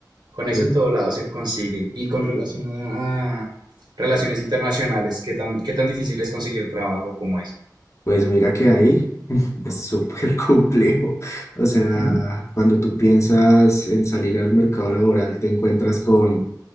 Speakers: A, on the right; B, on the left.
A: Con
B: Uy,
A: eso en todo lado se consigue. Y con relación a relaciones internacionales, ¿qué tan, qué tan difícil es conseguir trabajo como ese?
B: Pues mira que ahí es súper <laughs> complejo. O sea,
A: Ujú,
B: cuando tú piensas en salir al mercado laboral, te encuentras con